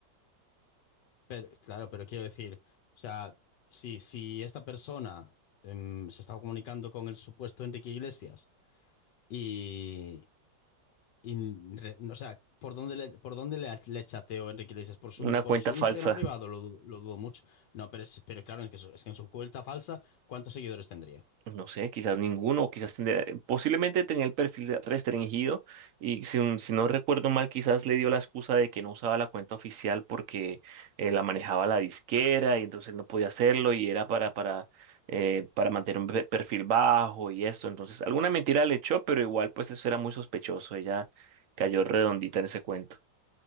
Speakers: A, on the left (about 75°); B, on the right (about 65°).
A: pero- claro, pero quiero decir, o sea, si, si esta persona em, se estaba comunicando con el supuesto Enrique Iglesias y Y, re- no, o sea, ¿por dónde le, por dónde le, le chateo Enrique Iglesias? ¿Por su,
B: una
A: por
B: cuenta
A: su
B: falsa.
A: Instagram privado? Lo, du- lo dudo mucho. No, pero, es- pero claro, es que, su- es que en su cuenta falsa, ¿cuántos seguidores tendría?
B: No sé, quizás ninguno, o quizás tendría- posiblemente tenía el perfil de- restringido y si, un- si no recuerdo mal, quizás le dio la excusa de que no usaba la cuenta oficial porque eh, la manejaba la disquera y entonces no podía hacerlo y era para, para, eh, para mantener un pe- perfil bajo y eso. Entonces, alguna mentira le echó, pero igual pues eso era muy sospechoso. Ella cayó redondita en ese cuento.